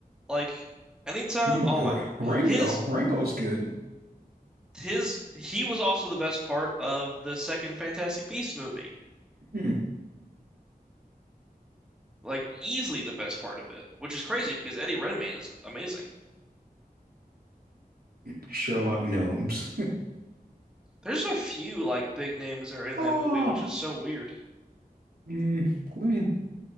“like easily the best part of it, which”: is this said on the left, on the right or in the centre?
Centre